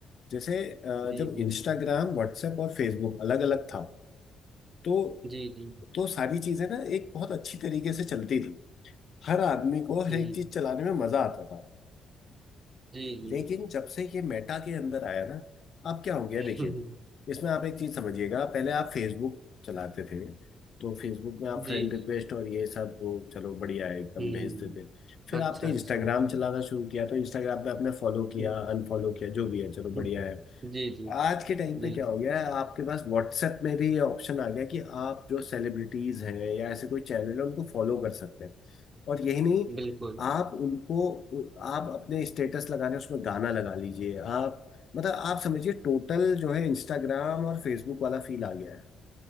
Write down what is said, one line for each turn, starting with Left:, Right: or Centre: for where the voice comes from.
Left: जैसे अ,
Right: जी
Left: जब
Right: जी
Left: इंस्टाग्राम व्हाट्सएप और फेसबुक अलग अलग था तो
Right: जी जी
Left: तो सारी चीजें ना एक बहुत अच्छी तरीके से चलती थी हर आदमी को हर
Right: जी
Left: एक चीज चलाने में मजा आता था
Right: जी
Left: लेकिन जब से ये मेटा के अंदर आया ना अब क्या हो गया
Right: जी
Left: देखिए
Right: <laughs>
Left: इसमें आप एक चीज समझिएगा पहले आप फेसबुक चलाते थे तो फेसबुक में आप
Right: जी,
Left: फ्रेंड
Right: जी।
Left: रिक्वेस्ट और ये सब वो चलो बढ़िया है एकदम
Right: हुँ,
Left: भेजते थे फिर
Right: अच्छा,
Left: आपने इंस्टाग्राम
Right: अच्छा।
Left: चलाना शुरू किया तो इंस्टाग्राम पे आपने फॉलो किया
Right: हुँ,
Left: अनफॉलो किया जो भी है चलो
Right: हुँ।
Left: बढ़िया है
Right: जी, जी।
Left: आज के टाइम
Right: जी,
Left: पे क्या
Right: जी।
Left: हो गया है आपके पास व्हाट्सएप में भी ये ऑप्शन आ गया है कि आप जो सेलिब्रिटीज हैं या ऐसे कोई चैनल है उनको फॉलो कर सकते हैं और यही नहीं
Right: बिल्कुल,
Left: आप उनको आप अपने स्टेटस लगाने उसमें गाना लगा लीजिए आप मतलब आप समझिए टोटल जो है इंस्टाग्राम और फेसबुक वाला फील आ गया है